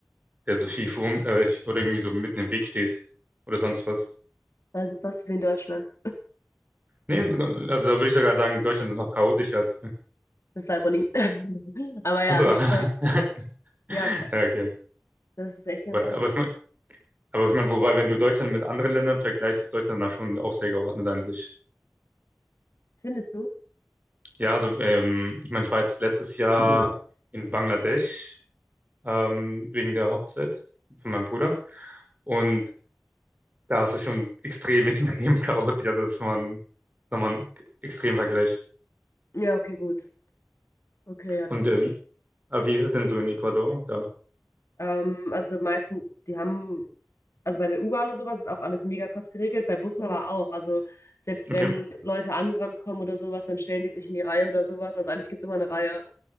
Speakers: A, on the right (about 35°); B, on the left (about 75°).
A: der so schief rum äh, oder irgendwie so mitten im Weg steht oder sonst was.
B: Also fast so wie in Deutschland.
A: Nee, also da würde ich sogar sagen, Deutschland ist noch chaotischer als.
B: Das ist Ironie. <laughs> Aber ja,
A: Achso.
B: nee, voll.
A: <laughs>
B: Ja, krass.
A: Ja, okay.
B: Das ist echt ganz
A: Wobei-
B: anders.
A: Aber ich mein, aber ich mein, wobei, wenn du Deutschland mit anderen Ländern vergleichst, ist Deutschland da schon auch sehr geordnet an sich.
B: Findest du?
A: Ja, also ähm, ich meine, ich war jetzt letztes Jahr
B: Mhm.
A: in Bangladesch ähm, wegen der Hochzeit von meinem Bruder. Und da ist es schon extrem, <laughs> extrem chaotisch. Also das ist nochmal ein, nochmal ein extrem Vergleich.
B: Ja, okay, gut. Okay, ja, das
A: Und
B: kann.
A: äh, wie, äh, wie ist es denn so in Ecuador? Da.
B: Ähm, also meistens, die haben also bei den U-Bahnen und sowas ist auch alles mega krass geregelt, bei Bussen Mhm. aber auch. Also selbst
A: Okay,
B: wenn Leute angerannt kommen oder sowas, dann stellen die sich in die Reihe oder sowas. Also eigentlich gibt's immer eine Reihe.